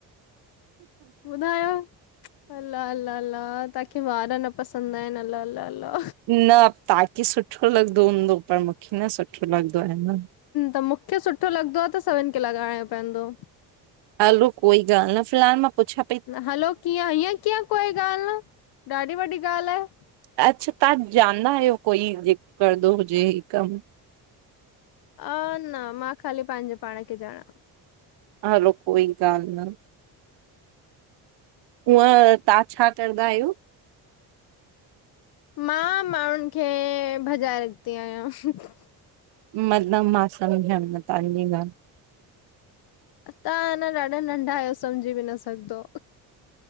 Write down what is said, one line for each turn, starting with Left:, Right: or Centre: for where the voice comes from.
Left: ॿुधायो अला अला तव्हांखे वार न प पसंद आहिनि अला अला अला
Right: न तव्हांखे सुठो लॻंदो हूंदो, पर मूंखे न सुठो लॻंदो आहे न।
Left: त मूंखे सुठो लॻंदो आहे त, सभिनि खे लॻाइणो पईंदो।
Right: हलो कोई ॻाल्हि न, फिलहाल मां पुछा
Left: हलो कीअं हीअं कीअं कोई ॻाल्हि न, ॾाढी वॾी ॻाल्हि आहे।
Right: अच्छा तव्हां जानंदा आहियो कोई, जे करंदो हुजे हे कम?
Left: अ न मां खाली पंहिंजे पाण खे ॼाणा।
Right: हलो कोई ॻाल न। हूअं तव्हां छा करदा आहियो?
Left: मां माण्हूंनि खे भॼाए रखंदी आहियां।
Right: मतलब मां समझयमि न तव्हांजी ॻाल्हि।
Left: त्हां अञा न ॾाढा नंढा आहियो समझी बि न सघंदो।